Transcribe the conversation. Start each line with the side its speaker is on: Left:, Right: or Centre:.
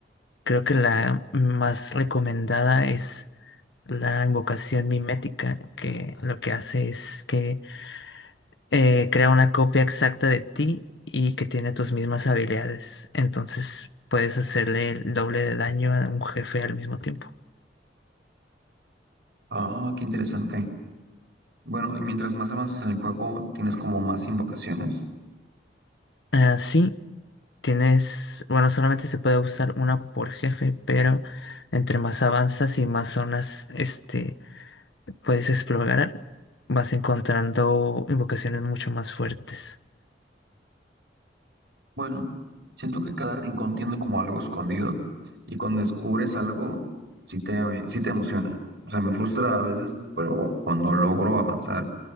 Left: Creo que la más recomendada es la invocación mimética, que lo que hace es que eh, crea una copia exacta de ti y que tiene tus mismas habilidades. Entonces puedes hacerle el doble de daño a un jefe al mismo tiempo.
Right: Ah, qué interesante. Bueno, y mientras más avanzas en el juego, tienes como más invocaciones.
Left: Así Tienes, bueno, solamente se puede usar una por jefe, pero entre más avanzas y más zonas, este, puedes explorar, vas encontrando invocaciones mucho más fuertes.
Right: Bueno, siento que cada rincón tiene como algo escondido y cuando descubres algo, sí te, sí te emociona. O sea, me frustra a veces, pero cuando logro avanzar